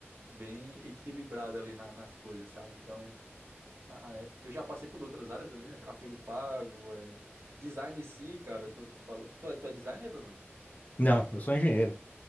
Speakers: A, on the right (about 75°); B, on the left (about 40°).
A: bem equilibrado ali na- nas coisas, sabe? Então, ah, é, eu já passei por outras áreas ali, né? Tráfego pago, é, design em si, cara. Tu, tu falou, tu é, tu é designer ou não?
B: Não, eu sou engenheiro.